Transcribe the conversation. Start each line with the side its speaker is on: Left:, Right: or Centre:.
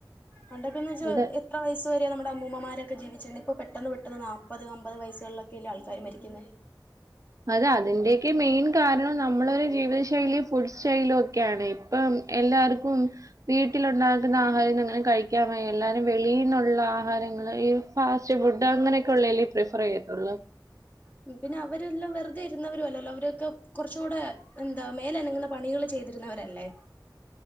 Left: പണ്ടൊക്കെന്ന് വെച്ചാ
Right: അതെ.
Left: എത്ര വയസ് ത്‌വരെ നമ്മടെ അമ്മൂമ്മമാരെക്കെ ജീവിച്ചിര്ന്ന് ഇപ്പൊ പെട്ടെന്ന് പെട്ടെന്ന് നാപ്പത് അമ്പത് വയസ്സ്കൾലൊക്കെയല്ലേ ആൾക്കാര് മരിക്ക്ന്നെ
Right: അതെ അതിന്റെയൊക്കെ മെയിൻ കാരണം നമ്മള് ജീവിത ശൈലി ഫുഡ് സ്റ്റൈലൊക്കെയാണ് ഇപ്പം എല്ലാർക്കും വീട്ടിലുണ്ടാ ക്ക്ന്ന ആഹാരം <unintelligible> കഴിക്കാൻ വയ്യ എല്ലാരും വെളീന്നു ള്ള ആഹാരങ്ങള് ഈ ഫാസ്റ്റ് ഫുഡ് അങ്ങനെയൊക്കെ ഉള്ളെ അല്ലേ ഇപ്പഴും ഫറെയെത്തൊള്ളൂ
Left: ഉം പിന്നെ അവരെല്ലം വെറ്തെ ഇര്ന്നവരും അല്ലല്ലോ അവരൊക്കെ കൊർച്ചുടെ എന്താ മേലനങ്ങ്ന്ന പണികള് ചെയ്തിര്ന്നവരല്ലേ